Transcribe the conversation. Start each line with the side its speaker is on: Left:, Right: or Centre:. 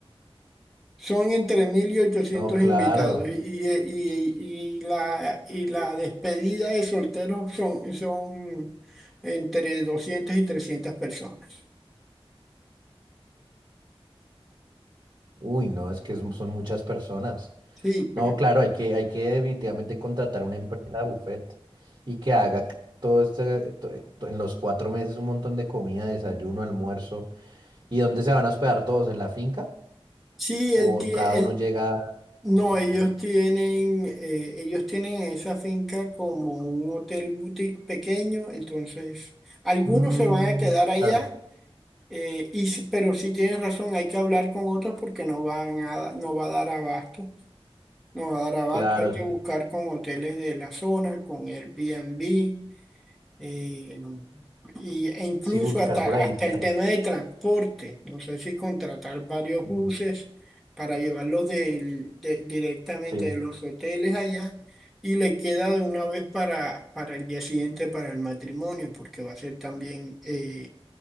Centre: Son entre 1.000 y ochocientos
Right: No, claro.
Centre: invitados y, y, y- y la, y la despedida de solteros son, son entre 200 y 300 personas.
Right: Uy, no, es que es- son muchas personas.
Centre: Sí, pero
Right: No, claro, hay que, hay que definitivamente contratar una empresa de buffet y que haga c- todo este, to- to- en los cuatro meses un montón de comida, desayuno, almuerzo. ¿Y dónde se van a hospedar todos? ¿En la finca?
Centre: sí,
Right: ¿O
Centre: él tiene,
Right: cada uno
Centre: él-
Right: llega
Centre: no,
Right: todos los
Centre: ellos
Right: días?
Centre: tienen, eh, ellos tienen esa finca como un hotel boutique pequeño, entonces algunos
Right: Mm,
Centre: se van a quedar allá,
Right: claro,
Centre: eh, y, si- pero si tienes razón, hay que hablar con otros porque no van a, no va a dar abasto. No va a dar abasto,
Right: claro,
Centre: hay que
Right: sí,
Centre: buscar con hoteles de la zona, con Airbnb, eh, y, e incluso
Right: Sí, buscar
Centre: hasta,
Right: por
Centre: hasta
Right: ahí cerca.
Centre: el tema de transporte. No sé si contratar varios
Right: Mm,
Centre: buses para llevarlos del- de- directamente
Right: Sí,
Centre: de los hoteles allá y le queda de una vez para, para el día siguiente para el matrimonio, porque va a ser también eh,